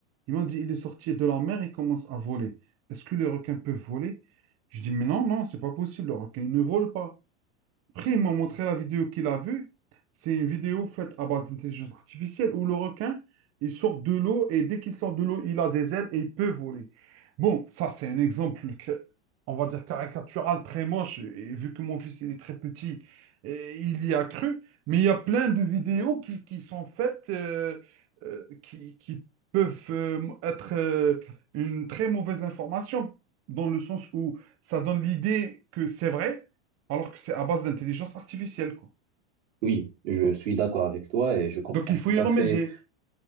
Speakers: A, on the right (about 40°); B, on the right (about 75°).
A: Ils m'ont dit, il est sorti de la mer, il commence à voler. Est-ce que les requins peuvent voler? Je dis, mais non, non, c'est pas possible, le requin, il ne vole pas. Après, ils m'ont montré la vidéo qu'il a vue. C'est une vidéo faite à base d'intelligence artificielle où le requin, il sort de l'eau et dès qu'il sort de l'eau, il a des ailes et il peut voler. Bon, ça, c'est un exemple, que- on va dire caricatural, très moche. Et vu que mon fils, il est très petit, et il y a cru. Mais il y a plein de vidéos qui, qui sont faites, euh, euh, qui, qui peuvent euh, être euh, une très mauvaise information, dans le sens où ça donne l'idée que c'est vrai alors que c'est à base d'intelligence artificielle, quoi.
B: Oui, je suis d'accord avec toi et je comprends
A: Donc, il faut
B: tout
A: y
B: à
A: remédier.
B: fait